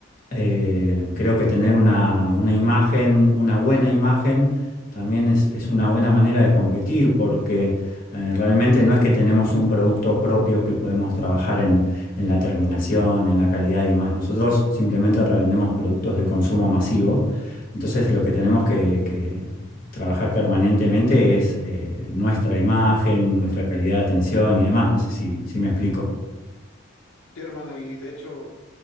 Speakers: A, on the left (about 40°); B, on the left (about 75°).
A: eh, creo que tener una, una imagen, una buena imagen, también es, es una buena manera de competir porque eh, realmente no es que tenemos un producto propio que podemos trabajar en, en la terminación, en la calidad y demás. Nosotros simplemente revendemos productos de consumo masivo. Entonces lo que tenemos que, que trabajar permanentemente es eh, nuestra imagen, nuestra calidad de atención y demás. No sé si, si me explico.
B: Sí, hermano, y de hecho,